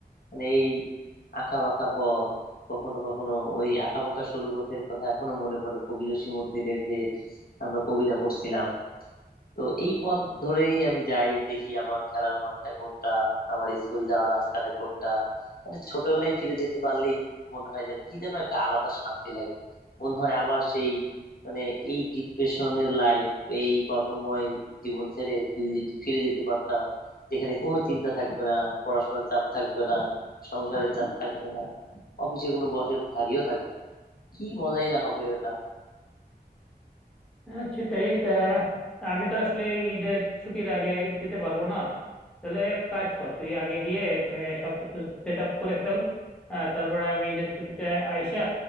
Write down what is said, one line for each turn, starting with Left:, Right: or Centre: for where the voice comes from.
Left: মানে এই আঁকা বাঁকা পথ কখনো কখনো ওই আঁকা বাঁকা সরু পথের কথা এখনো মনে পড়ে কবি জসিম উদ্দিনের যে আমরা কবিতা পড়ছিলাম তো এই পথ ধরেই আমি যাই দেখি আমার খেলার মাঠটা কোনটা আমার স্কুল যাওয়ার রাস্তাটা কোনটা মানে ছোটবেলায় ফিরে যেতে পারলেই মনে হয় যেন কি যেন একটা আলাদা শান্তি লাগে মনে হয় আবার সেই মানে এই ডিপ্রেশনের লাইফ এই কর্মময় জীবন ছেড়ে যদি ফিরে যেতে পারতাম যেখানে কোনো চিন্তা থাকবে না পড়াশোনার চাপ থাকবে না সংসারের চাপ থাকবে না অফিসে কোনো বসের ঝাড়িও থাকবে না কি মজাই না হবে ওটা
Centre: হ্যাঁ সেটাই তা আমি তো আসলে এই ঈদের ছুটির আগে যেতে পারবো না তাহলে এক কাজ কর তুই আগে গিয়ে এখানে সবকিছু সেট আপ করে ফেল আহ, তারপরে আমি ঈদের ছুটিতে আইসা